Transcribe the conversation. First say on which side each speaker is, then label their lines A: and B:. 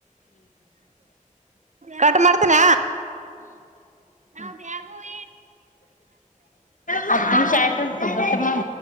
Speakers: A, on the right (about 60°); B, on the left (about 75°).
A: ಕಟ್ ಮಾಡ್ತನ ನಾವ್ ಯಾರಗೂ
B: ಹತ್ತಂ ಶಯತ ತಟಾಥಂ